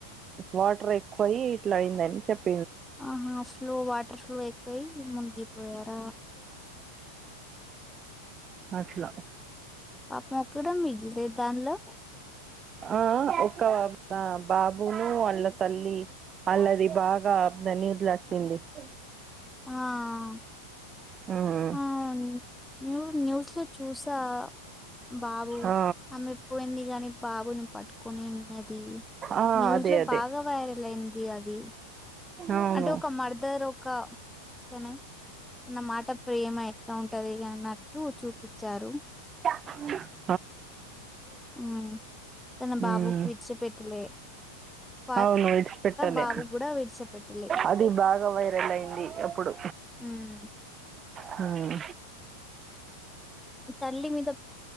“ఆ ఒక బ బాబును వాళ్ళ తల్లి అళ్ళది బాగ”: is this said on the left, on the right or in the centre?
Right